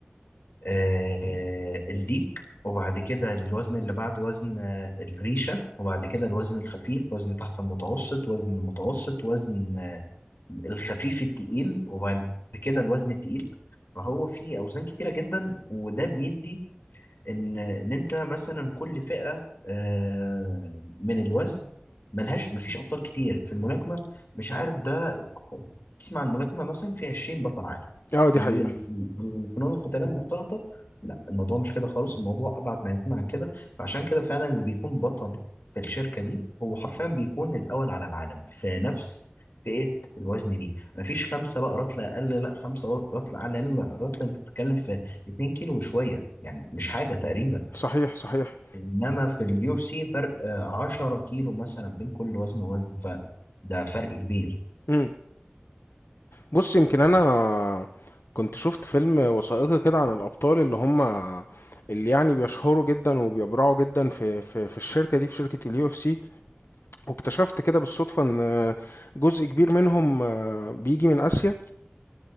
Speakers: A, on the left; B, on the left.
A: آه، الديك وبعد كده الوزن اللي بعد وزن آه، الريشة وبعد كده الوزن الخفيف وزن تحت المتوسط وزن متوسط وزن الخفيف التقيل وبعد كده الوزن التقيل فهو فيه أوزان كتيرة جدا وده بيدي ان ان انت مثلا كل فئه آه، من الوزن ملهاش مفيش ابطال كتير في الملاكمه مش عارف ده تسمع عن الملاكمه مثلا في 20 بطل عالم
B: اه دي
A: في ال-
B: حقيقه
A: الفنون القتاليه المختلطه لا الموضوع مش كده خالص الموضوع ابعد ما يكون عن كده فعشان كده فعلا اللي بيكون بطل في الشركه دي هو حرفيا بيكون الاول على العالم في نفس فئه الوزن دي مفيش خمسه بقى رطله اقل لا خمسه رطله اعلى لأن الرطله انت بتتكلم في 2 كيلو وشويه يعني مش حاجة تقريبا
B: صحيح صحيح
A: انما في اليو اف سي فرق آه، 10 كيلو مثلا بين كل وزن ووزن فده فرق كبير
B: مم. بص يمكن انا كنت شفت فيلم وثائقي كده عن الابطال اللي هم اللي يعني بيشهروا جدا وبيبرعوا جدا في في في الشركه دي في شركه اليو اف سي واكتشفت كده بالصدفه ان جزء كبير منهم بيجي من اسيا